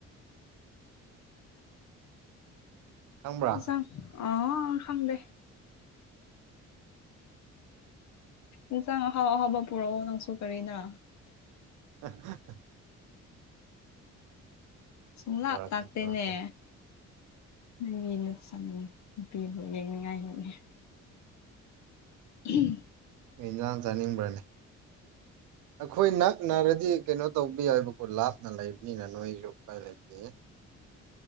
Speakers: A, on the right; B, on the left.
A: ꯈꯪꯕ꯭ꯔꯥ
B: ꯆꯪ ꯑ ꯈꯪꯗꯦ ꯏꯟꯁꯥꯡ ꯑꯍꯥꯎ ꯑꯍꯥꯎꯕ ꯄꯨꯔꯛꯑꯣ ꯅꯪꯁꯨ ꯀꯔꯤꯅ
A: ꯑ
B: ꯁꯨꯡꯨꯡꯂꯥꯛ
A: ꯄꯨꯔꯛꯀꯦ
B: ꯂꯥꯛꯇꯅꯦ
A: ꯄꯨꯔꯛꯀꯦ
B: ꯅꯪꯒꯤꯅ ꯆꯪꯅꯤꯡ ꯅꯨꯄꯤꯕꯨ ꯌꯦꯡꯅꯤꯡꯉꯥꯏꯅꯤꯉ ꯎꯝ
A: ꯅ ꯏꯟꯖꯥꯡ ꯆꯥꯅꯤꯡꯕ꯭ꯔꯅꯦ ꯑꯩꯈꯣꯏ ꯅꯅꯥꯛꯅꯅꯥꯔꯗꯤ ꯀꯩꯅꯣ ꯇꯧꯕ ꯌꯥꯏꯕꯀꯣ ꯂꯥꯞꯅ ꯂꯩꯕꯅꯤꯅ ꯅꯣꯏꯁꯨ ꯄꯥꯏ ꯂꯩꯇꯦ